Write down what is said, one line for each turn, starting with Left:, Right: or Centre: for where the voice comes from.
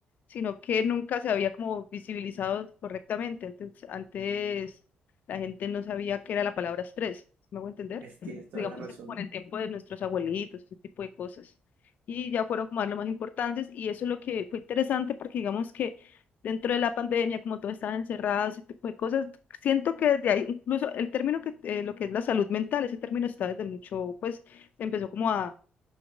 Left: sino que nunca se había como visibilizado correctamente. Entonces, antes la gente no sabía qué era la palabra estrés, ¿sí ¿me hago entender?
Right: es- tienes toda
Left: digamos,
Right: la razón.
Left: como en el tiempo de nuestros abuelitos, ese tipo de cosas. Y ya fueron como a lo más importantes y eso es lo que fue interesante porque digamos que dentro de la pandemia, como todos estaban encerrados, ese tipo de cosas, siento que desde ahí, incluso el término que, eh, lo que es la salud mental, ese término está desde mucho, pues se empezó como a,